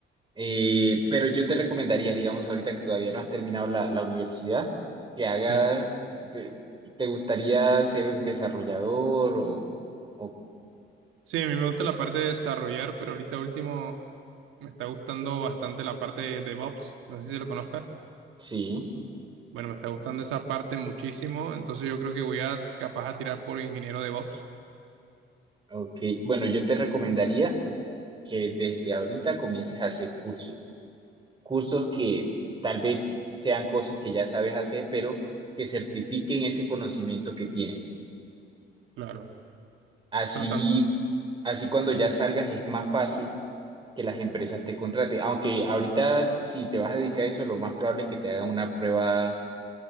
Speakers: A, on the right; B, on the right.
A: Eh, pero yo te recomendaría, digamos, ahorita que todavía no has terminado la, la universidad, que haga,
B: Sí.
A: de- ¿te gustaría ser desarrollador o, o
B: Sí, a mí me gusta la parte de desarrollar, pero ahorita último me está gustando bastante la parte de DevOps. No sé si lo conozcas.
A: sí?
B: Bueno, me está gustando esa parte muchísimo, entonces yo creo que voy a capaz a tirar por ingeniero DevOps.
A: Ok, bueno, yo te recomendaría que desde ahorita comiences a hacer cursos. cursos que tal vez sean cosas que ya sabes hacer, pero que certifiquen ese conocimiento que tienes.
B: Claro,
A: Así,
B: eso lo están,
A: así cuando ya salgas es más fácil que las empresas te contraten. Aunque ahorita si te vas a dedicar a eso, lo más probable es que te hagan una prueba,